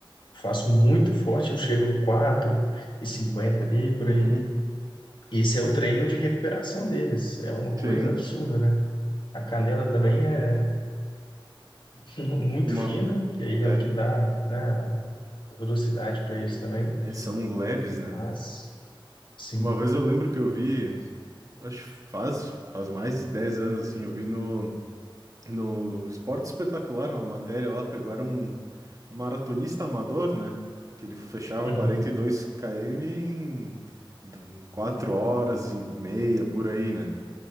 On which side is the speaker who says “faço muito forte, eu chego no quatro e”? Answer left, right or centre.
Left